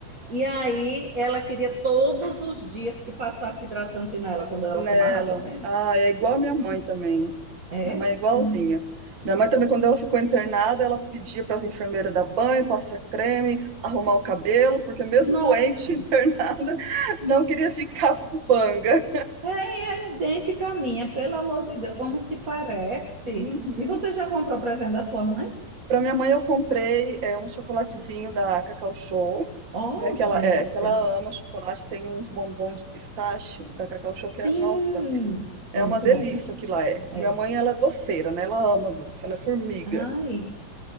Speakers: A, on the right (about 30°); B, on the right (about 45°).
A: E aí ela queria todos os dias que passasse hidratante nela quando ela
B: Nela.
A: tomava banho.
B: Ah, é igual a minha mãe também.
A: É?
B: Minha mãe é igualzinha.
A: Hum.
B: Minha mãe também, quando ela ficou internada, ela pedia para as enfermeiras dar banho, passar creme, arrumar o cabelo, porque mesmo
A: Nossa,
B: doente, <laughs> internada, não queria ficar fubanga.
A: é é idêntica à minha, pelo amor de Deus, como se parece.
B: Uhum.
A: E você já comprou o presente da sua mãe?
B: Para minha mãe, eu comprei é, um chocolatezinho da Cacau Show,
A: Oh,
B: né? Que
A: que
B: ela,
A: delícia.
B: é, que ela ama chocolate. Tem uns bombom de pistache da Cacau Show
A: Sim,
B: que é, nossa, é
A: é muito
B: uma delícia
A: bom.
B: que lá é. E
A: É.
B: minha mãe, ela é doceira, né? Ela ama doce, ela é formiga.
A: Ai,